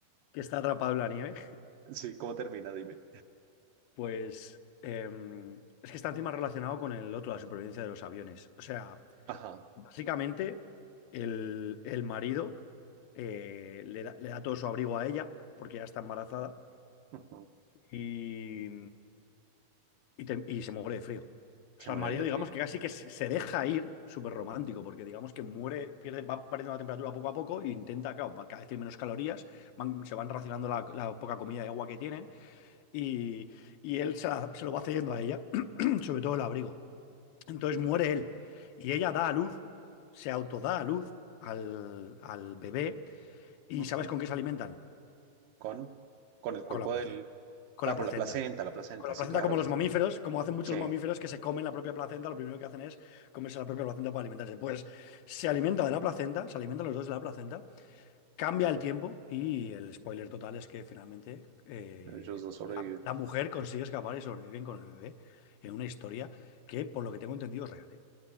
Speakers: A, on the left; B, on the right.
A: que está atrapado en la nieve.
B: Sí, ¿cómo termina? Dime.
A: Pues em, es que está encima relacionado con el otro, la supervivencia de los aviones. O sea...
B: Ajá.
A: Básicamente, el, el marido eh, le da, le da todo su abrigo a ella, porque ya está embarazada,
B: ujú.
A: y, y te- y se muere de frío.
B: Se
A: O sea,
B: muere
A: el marido,
B: el de frío.
A: digamos que casi que se se deja ir, súper romántico, porque digamos que muere, pierde, va perdiendo la temperatura poco a poco e intenta, claro, va- cada vez tiene menos calorías, van- se van racionando la, la poca comida y agua que tienen, y, y él se, la- se lo va cediendo a ella, <clears throat> sobre todo el abrigo. Entonces muere él y ella da a luz, se autoda a luz al, al bebé y
B: Ujú.
A: ¿sabes con qué se alimentan?
B: con, con el cuerpo
A: Con la placenta,
B: del...
A: con
B: Ah,
A: la
B: con
A: placenta.
B: la placenta, la placenta,
A: Con la
B: sí,
A: placenta
B: claro.
A: como los
B: Sí,
A: mamíferos, como hacen muchos
B: sí,
A: mamíferos que se comen la propia placenta, lo primero que hacen es comerse la propia placenta para alimentarse. Pues se alimenta de la placenta, se alimentan los dos de la placenta, cambia el tiempo y el spoiler total es que finalmente eh,
B: ellos dos sobreviven.
A: la, la mujer consigue escapar y sobreviven con el bebé en una historia que por lo que tengo entendido es real, ¿eh?